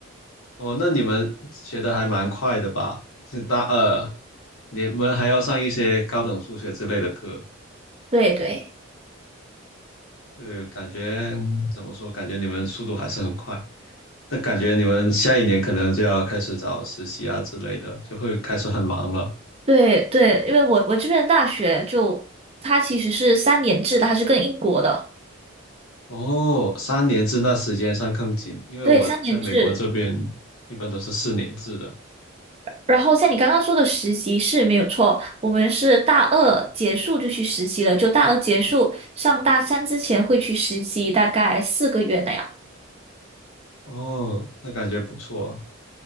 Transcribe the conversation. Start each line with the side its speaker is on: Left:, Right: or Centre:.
Left: 哦，那你们学的还蛮快的吧？是大二，你们还要上一些高等数学之类的课，
Right: 对对
Left: 对，感觉嗯怎么说？感觉你们速度还是很快。那感觉你们下一年可能就要开始找实习啊之类的，就会开始很忙了。
Right: 对对，因为我我这边的大学就它其实是三年制的，它是跟英国的，
Left: 哦，三年制那时间上更紧，因为我在美国这边
Right: 对，三年制。
Left: 一般都是四年制的。
Right: 然后像你刚刚说的实习是没有错，我们是大二结束就去实习了，就大二结束上大三之前会去实习，大概四个月那样。
Left: 哦，那感觉不错。